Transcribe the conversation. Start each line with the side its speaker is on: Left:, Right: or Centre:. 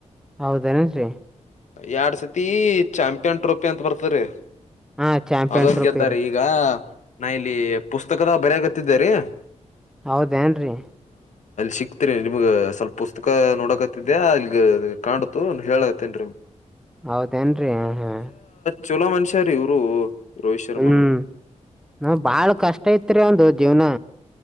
Centre: ಹೌದೇನೇನ್ರಿ
Left: ಎರಡ್ ಸತಿ ಚಾಂಪಿಯನ್ ಟ್ರೋಫಿ ಅಂತ ಬರ್ತರಿ
Centre: ಹಾ ಚಾಂಪಿಯನ್
Left: ಅದ
Centre: ಟ್ರೋಫಿ
Left: ಗೆದ್ದಾರ
Centre: ರೀ
Left: ಈಗ ನಾ ಇಲ್ಲಿ ಪುಸ್ತಕದ ಬರಕತ್ತಿದ್ದಾರೀ
Centre: ಹೌದೇಏನ್ರಿ
Left: ಸಿಕ್ತರಿ ನಿಮ್ಗ್ ಸ್ವಲ್ಪ ಪುಸ್ತಕ ನೋಡಕತ್ತತಿದ್ಯಾ ಇಲ್ಲಿಗ ಕಾಣತು ಹೇಳತ್ತೇನ್
Centre: ಹೌದೇಏನ್ರರಿ ಹಾ
Left: ಚಲೋ ಮನುಷ್ಯಾರ ಇವ್ರು ರೋಹಿತ್ ಶರ್ಮಾನು
Centre: ಹ್ಮ್ ನಾವ್ ಬಾಳ ಕಷ್ಟ ಐತ್ರಿ ಅವ್ನು ಜೀವ್ನ